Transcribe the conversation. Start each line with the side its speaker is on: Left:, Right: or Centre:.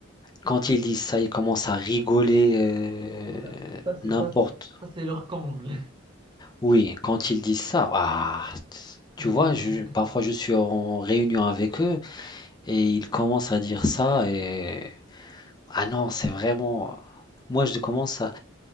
Left: Quand ils disent ça, ils commencent à rigoler euh,
Right: Ah, Ça, c'est
Left: n'importe.
Right: ça, c'est ça, c'est leur comble.
Left: Oui, quand ils disent ça, ah, Tu
Right: <laughs>
Left: vois, je- parfois je suis en réunion avec eux et ils commencent à dire ça et ah non, c'est vraiment. Moi, je commence à,